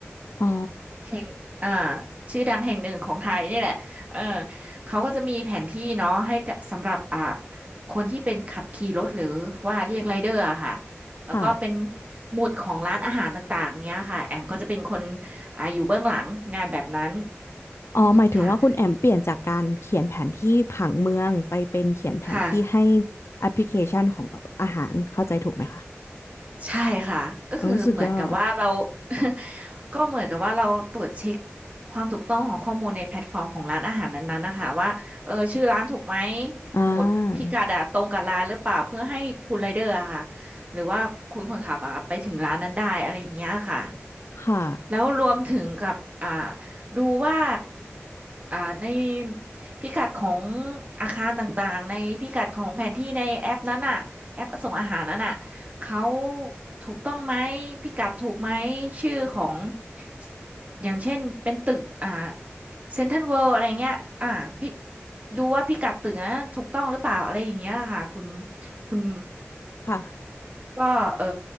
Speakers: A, on the left; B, on the right.
A: อ๋อ
B: แห่งอ่าชื่อดังแห่งหนึ่งของไทยนี่แหละเออเขาก็จะมีแผนที่เนาะให้กับสำหรับอ่าคนที่เป็นขับขี่รถหรือว่าเรียกไรเดอร์อะค่ะ แล้วก็เป็น
A: ค่ะ
B: หมุดของร้านอาหารต่างๆเนี้ยค่ะ แอมก็จะเป็นคนอ่าอยู่เบื้องหลังงานแบบนั้น
A: อ๋อหมายถึงว่าคุณแอมเปลี่ยนจากการเขียนแผนที่ผังเมืองไปเป็นเขียนแผนที่ให้
B: ค่ะค่ะ
A: แอปพลิเคชันของอาหารเข้าใจถูกไหมคะ
B: ใช่ค่ะก็คือเหมือนกับว่าเรา
A: โอ้ยสุดยอด
B: <laughs> ก็เหมือนกับว่าเราตรวจเช็คความถูกต้องของข้อมูลในแพลตฟอร์มของร้านอาหารนั้นๆนะคะว่าเออชื่อร้านถูกไหม
A: อ่า
B: หมุดพิกัดอะตรงกับร้านหรือเปล่าเพื่อให้คุณไรเดอร์อะค่ะหรือว่าคุณคนขับอะไปถึงร้านนั้นได้อะไรอย่างเงี้ยค่ะ
A: ค่ะ
B: แล้วรวมถึงกับอ่าดูว่าอ่าในพิกัดของอาคารต่างๆในพิกัดของแผนที่ในแอปนั้นน่ะแอปส่งอาหารนั้นน่ะเขาถูกต้องไหมพิกัดถูกไหมชื่อของสอย่างเช่นเป็นตึกอ่าเซ็นทรัลเวิลด์อะไรเงี้ยอ่าพี่ดูว่าพิกัดตึกนะถูกต้องหรือเปล่าอะไรอย่างเงี้ยค่ะคุณคุณ
A: ค่ะ
B: ก็เออ